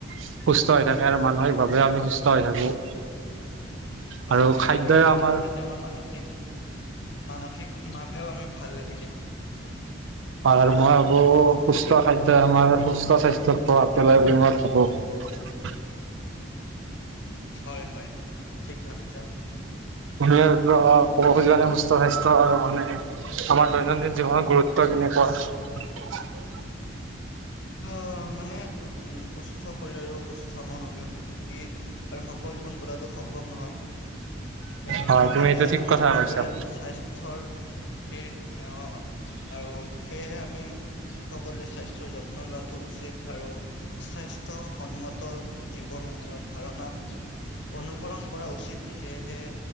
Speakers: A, on the right (about 75°); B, on the left (about 60°).
A: সুস্থ হৈ থাকে আৰু মানসিকভাৱে আমি সুস্থ হৈ থাকো
B: হয়
A: আৰু
B: যেতিয়া
A: খাদ্যই
B: আমি ব্যয়াম
A: আমাৰ
B: কৰিম তেতিয়া আমাৰ মানসিক মানসিক মাজেও আমি ভালে থাকিম
A: আৰু মই ভাবো সুস্থ খাদ্যয় আমাৰ সুস্থ স্বাস্থ্যৰ প্ৰভাব পেলাই বুলি মই ভাবো
B: হয় হয় ঠিক ভাবিছা
A: সুনিদ ক'ব খুজিবানে সুস্থ স্বাস্থ্য আৰু মানে আমাৰ দৈনন্দিন জীৱনত গুৰুত্ব কেনেকুৱা
B: অ মানে উ সুস্থ শৰীৰ আৰু সুস্থ মন অবিহনে সুখী আৰু সফল জীৱন কটাটো সম্ভৱ নহয় এ
A: হয়
B: গতিকে
A: তুমি এইটো ঠিক
B: আমি
A: কথা
B: সকলোৱে
A: কৈছা।
B: স্বাস্থ্যৰ সেয়ে মানে অ আৰু সেয়েহে আমি সকলোৱে স্বাস্থ্যৰ যত্ন যত্ন লোৱাটো উচিত আৰু স্বাস্থ্যসন্মত জীৱন অনু ধাৰণা অনুসৰণ কৰা উচিত সেয়েহে